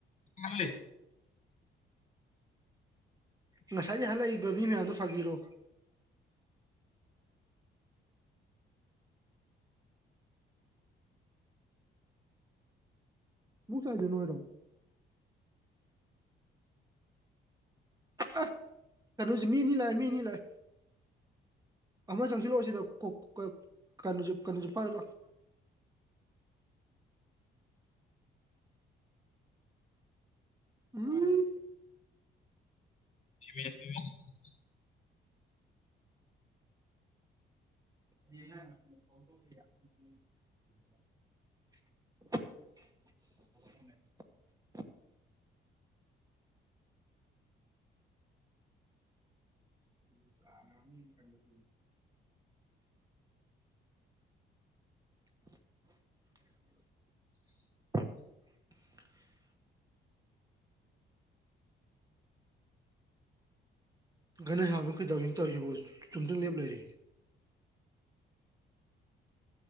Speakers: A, on the left; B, on the right.
A: ꯃꯜꯂꯤ <unintelligible>
B: ꯉꯁꯥꯏꯗꯩ ꯍꯥꯜꯂꯛꯏꯕ ꯃꯤ ꯃꯌꯥꯝꯗꯣ ꯐꯥꯒꯤꯔꯣ ꯃꯨ ꯆꯥꯏꯗꫭ ꯅꯣꯏꯔꯣ ꯑ ꯀꯩꯅꯣꯁꯦ ꯃꯤ ꯑꯅꯤ ꯂꯥꯛꯑꯦ ꯃꯤ ꯑꯅꯤ ꯂꯥꯛꯑꯦ ꯑꯃ ꯆꯪꯁꯤꯜꯂꯛꯑꯣ ꯁꯤꯗ ꯀꫭ ꯀ ꯀꯩꯅꫭꯁꯦ ꯀꯩꯅꯣꯁꯦ ꯄꯥꯏꯔꫭꯂꯥꯎ ꯎꯝ
A: <unintelligible>
B: <unintelligible> <unintelligible> <unintelligible> ꯆꯥ ꯉꯥꯝꯅꯤꯅ ꯆꯪꯉꯛ <unintelligible> <unintelligible> ꯒꯅꯁꯥꯝ ꯗꫭ ꯀꯩꯗꯧꯔꯤꯅꫭ ꯇꯧꯔꯤꯁꯤꯕꫭ ꯍꯥ ꯆꯨꯝꯗꯔ꯭ꯤꯡ ꯂꯦꯞ ꯂꯩꯔꯦ